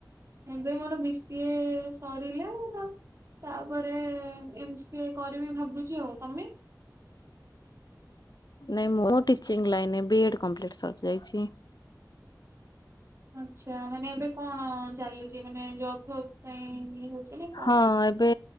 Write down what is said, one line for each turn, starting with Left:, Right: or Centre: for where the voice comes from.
Right: ଏବେ ମୋର ବି ସି ଏ ସରିଲା। ତାପରେ ଏମ ସି ଏ କରିବି ଭାବୁଚି। ଆଉ ତମେ?
Left: ନାଇଁ ମୋର teaching line B Ed complete ସରିଯାଇଚି।
Right: ଆଛା ମାନେ ଏବେ କଣ ଚାଲିଚି, ମାନେ ଜବ ଫବ ପାଇଁ ଇଏ ନା କଣ?
Left: ହଁ ଏବେ